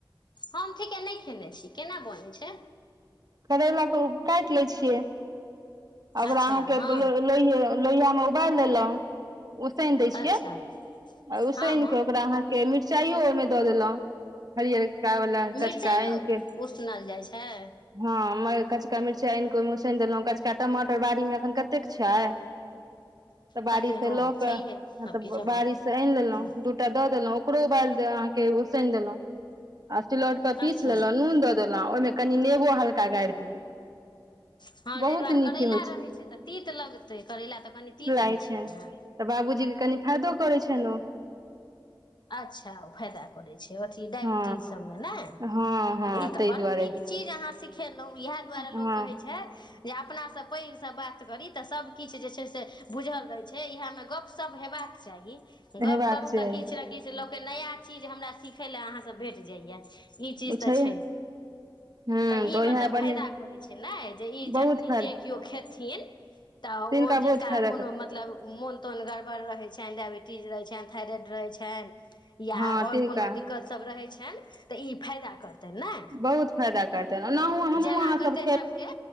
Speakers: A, on the left; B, on the right.
A: हम ठीके नहि खे ने छी केना बनै छैय?
B: करैलाके काटि लै छियै आ ओकरा
A: अच्छा
B: अहाँके
A: हँ
B: लौ लौयामें उबली देलहु उसैन दै छियै
A: अच्छा
B: आ उसैनके
A: हँ हँ
B: ओकरा अहां मिरचाइयो ओहिमे दऽ देलहुं हरियरका वला
A: मिरचाइयो
B: कचका आयन
A: उसनल जाइ छैय?
B: हँ कचका मिर्चाइ आनि कऽ ओहिमे उसनि देलहुँ कचका टमाटर बाड़ीमे एखन कतेक छैय। तऽ बाड़ी
A: कहतै
B: से
A: हँ
B: ल
A: छैहे
B: क
A: सबकिछु
B: हँ तऽ
A: अपन
B: बारि सँ आयन लेलौ
A: हँ
B: दू टा दऽ देलौ ओकरो उबायिल द अहां के ऊसैन देलौ आ सिलौट पर पिस
A: अच्छा
B: सुन दऽ देलहु ओहिमे कनि नेबो हल्का गारि दियौ।
A: ह हँ
B: बहुत
A: ताहि दुआरे
B: नीक
A: करैला
B: होइ छै
A: रहैत छैय तऽ तीत लगतै करैला तऽ कनि तीत
B: लागै
A: होइत
B: छै
A: छैय न।
B: तऽ बाबूजी के कनी फायदो करै छैन ओ।
A: अच्छा फायदा करय छैय अथी डायविटीज
B: हँ
A: सबमें ने
B: हँ हँ
A: ई त
B: ताहि
A: बड्ड
B: दुआरे
A: नीक चीज आहां सिखेलहु यहे दुआरे लोक
B: हँ
A: कहै छैय जे अपनासँ पैघसँ बात करी तऽ सब किछ जे छैय से बुझल रहय छैय इहेमे गप सप हेबाक चाही गप
B: हेबाक
A: करू
B: चाही
A: तऽ किछ किछ लके नया चीज हमरा सिखय ला आहां से भेट जाय या ई चीज
B: बुझैया
A: त छैय।
B: हूँ
A: तऽ ई
B: उएह
A: मतलब
B: बने
A: फायदा करै छैय ने जे ई
B: बहुत
A: चटनी
B: फायदा
A: जे केव खेथिन त ओ
B: तिनका बहुत
A: जिनका
B: फायदा कर
A: मतलब मोन तोन गड़बड़ रहै छनि डायइबिटीज रहै छनि थाइरइड रहै छनि। या
B: हँ
A: आओर
B: तिनका
A: कोनो दिक्कत सब रहय छनि तऽ ई फायदा करत। ने
B: बहुत फायदा करतनि ओनाहु हमहूँ
A: जेना
B: अहाँसभ
A: कते सबके